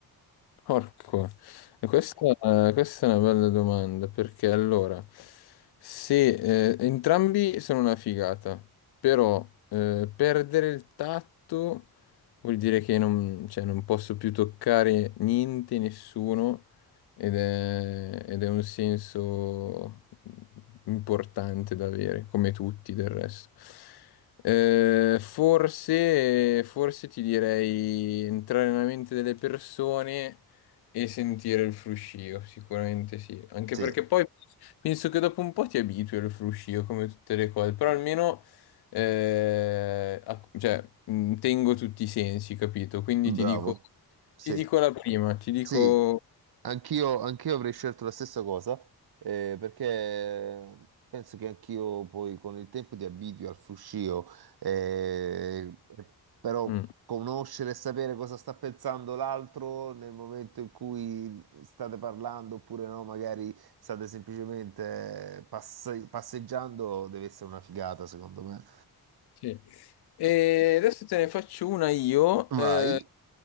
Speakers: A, on the left; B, on the right.
A: Porco, E questa, questa è una bella domanda perché allora, se eh, entrambi sono una figata, però eh, perdere il tatto vuol dire che non, cioè, non posso più toccare niente, nessuno ed è, ed è un senso importante da avere, come tutti del resto. Eh, forse, forse ti direi entrare nella mente delle persone e sentire il fruscio, sicuramente sì. Anche
B: Sì,
A: perché poi penso che dopo un po' ti abitui al fruscio, come tutte le cose. Però almeno eh, a- cioè, mh, tengo tutti i sensi, capito? Quindi
B: bravo.
A: ti dico,
B: Sì.
A: ti dico la prima, ti dico...
B: Sì, anch'io anch'io avrei scelto la stessa cosa, eh, perché penso che anch'io poi con il tempo ti abitui al fruscio, eh, però
A: mm.
B: conoscere e sapere cosa sta pensando l'altro nel momento in cui state parlando, oppure no, magari state semplicemente passe- passeggiando, deve essere una figata, secondo me.
A: Sì. E adesso te ne faccio una io, eh,
B: Vai.